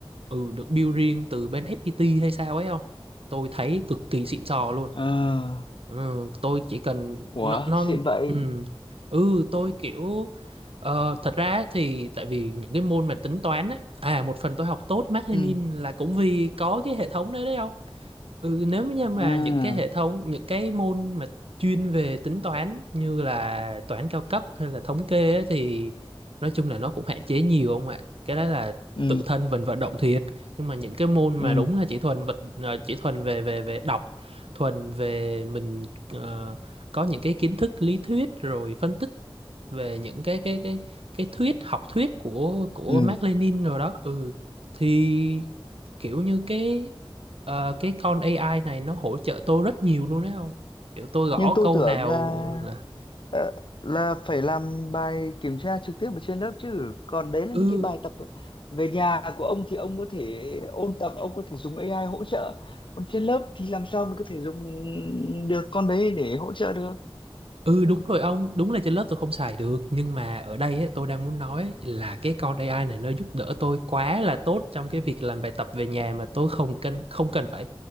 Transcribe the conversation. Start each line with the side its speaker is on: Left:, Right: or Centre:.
Right: ừ được build riêng từ bên FPT hay sao ấy không tôi thấy cực kỳ xịn sò luôn
Left: à
Right: Ừ, tôi chỉ cần
Left: ủa
Right: nó nó
Left: xịn vậy
Right: ừ, ừ tôi kiểu ờ, thật ra thì tại vì những cái môn mà tính toán ấy à một phần tôi học tốt Mác Lênin
Left: ừ
Right: là cũng vì có cái hệ thống đấy đấy không Ừ, nếu như mà
Left: à
Right: những cái hệ thống những cái môn mà chuyên về tính toán như là toán cao cấp hay là thống kê ấy, thì nói chung là nó cũng hạn chế nhiều không ạ cái đó là
Left: ừ
Right: tự thân mình vận động thiệt nhưng mà những cái môn mà
Left: ừ
Right: đúng là chỉ thuần vật ờ, chỉ thuần về về về đọc thuần về mình ờ, có những cái kiến thức lý thuyết rồi phân tích về những cái cái cái cái thuyết học thuyết của của
Left: ừ
Right: Mác Lênin rồi đó ừ thì kiểu như cái ờ, cái con AI này nó hỗ trợ tôi rất nhiều luôn đấy không kiểu tôi gõ
Left: nhưng tôi
Right: câu
Left: tưởng
Right: nào
Left: là
Right: là
Left: Ờ, là phải làm bài kiểm tra trực tiếp ở trên lớp chứ còn đấy là
Right: ừ
Left: những cái bài tập về nhà của ông thì ông có thể ôn tập ông có thể dùng AI hỗ trợ còn trên lớp thì làm sao mình có thể dùng được con đấy để hỗ trợ được
Right: ừ đúng rồi ông đúng là trên lớp tôi không xài được nhưng mà ở đây ấy, tôi đang muốn nói là cái con AI này nó giúp đỡ tôi quá là tốt trong cái việc làm bài tập về nhà mà tôi không cần không cần phải